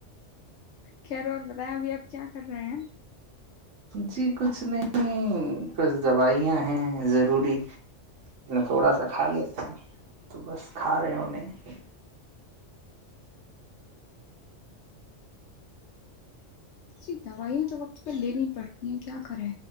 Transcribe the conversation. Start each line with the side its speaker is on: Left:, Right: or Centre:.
Left: خیر اور بتائیں ابھی اپ کیا کر رہے ہیں
Right: جی کچھ نہیں بس دوائیاں ہیں ضروری تھوڑا سا کھا لیتے ہیں تو بس کھا رہے ہو نہیں
Left: جی دوائیاں تو وقت پر لینی پڑتی ہیں کیا کرے